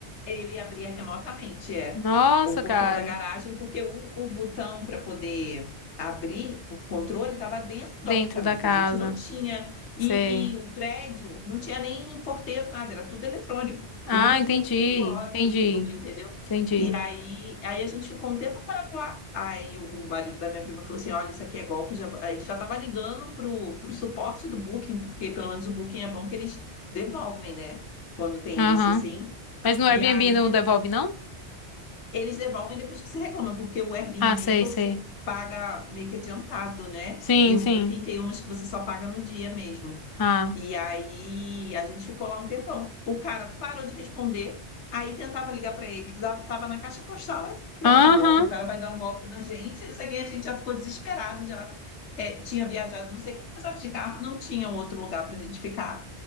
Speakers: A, on the left; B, on the left.
A: ele abria remotamente, é,
B: Nossa,
A: o portão
B: cara.
A: da garagem, porque o, o botão para poder abrir o controle estava dentro do
B: Dentro
A: apartamento.
B: da casa.
A: A gente não tinha. E,
B: Sei.
A: e o prédio não tinha nem porteiro, nada, era tudo eletrônico,
B: Ah,
A: tudo
B: entendi,
A: por, por código,
B: entendi,
A: tudo, entendeu?
B: entendi.
A: E aí, aí a gente ficou um tempo parado lá. Aí o o marido da minha prima falou assim: olha, isso aqui é golpe. Já, aí ele já estava ligando pro, pro suporte do Booking, porque pelo menos o Booking é bom que eles devolvem, né? Quando tem
B: Aham.
A: isso assim.
B: Mas no Airbnb
A: E aí
B: não devolve, não?
A: eles devolvem depois que você reclama, porque o Airbnb
B: Ah, sei,
A: você
B: sei.
A: paga meio que adiantado, né?
B: Sim,
A: E o
B: sim.
A: Booking tem umas que você só paga no dia mesmo.
B: Ah.
A: E aí a gente ficou lá um tempão. O cara parou de responder, aí tentava ligar para ele, lá tava na caixa postal, aí eu falei, pronto,
B: Aham.
A: é golpe, o cara vai dar um golpe na gente. Não sei o que, a gente já ficou desesperado, já é, tinha viajado não sei quantas horas de carro, não tinha outro lugar para gente ficar.